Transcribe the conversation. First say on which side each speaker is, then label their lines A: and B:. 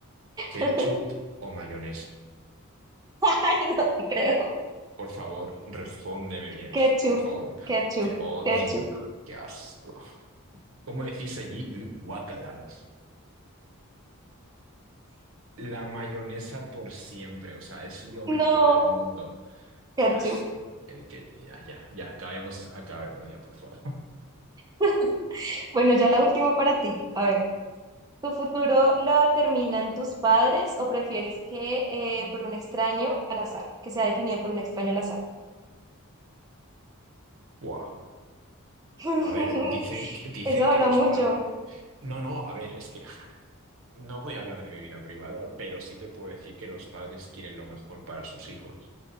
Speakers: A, on the right; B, on the right.
A: ¿Ketchup
B: <laughs>
A: o mayonesa?
B: Ay, no te creo.
A: Por favor, respóndeme bien.
B: Ketchup,
A: Por favor,
B: ketchup,
A: te odio.
B: ketchup.
A: Qué asco. ¿Cómo decís allí? Uh, guácala, ¿no? La mayonesa por siempre, o sea, es lo mejor
B: No.
A: del mundo. Qué
B: Ketchup.
A: asco. El que ya, ya, ya, acabemos, acabemos ya, por favor.
B: <laughs> Bueno, ya la última para ti. A ver, ¿tu futuro lo determinan tus padres o prefieres que eh, por un extraño al azar, que sea definido por un extraño al azar?
A: Guau.
B: <laughs>
A: A ver, dicen, que- dicen
B: Eso habla
A: que los
B: mucho.
A: padres. No, no, a ver, es que No voy a hablar de mi vida privada, pero sí te puedo decir que los padres quieren lo mejor para sus hijos.